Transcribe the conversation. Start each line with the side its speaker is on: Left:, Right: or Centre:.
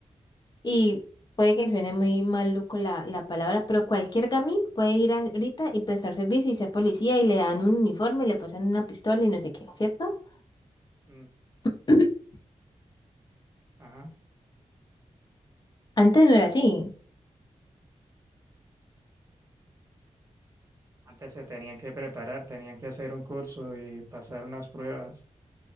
Left: Y puede que suene muy maluco la, la palabra, pero cualquier gamín puede ir a- ahorita y prestar servicio y ser policía y le dan un uniforme, le pasan una pistola y no sé qué, ¿cierto?
Right: Mm,
Left: <clears throat>
Right: ajá.
Left: Antes no era así.
Right: Antes se tenían que preparar, tenían que hacer un curso y pasar unas pruebas.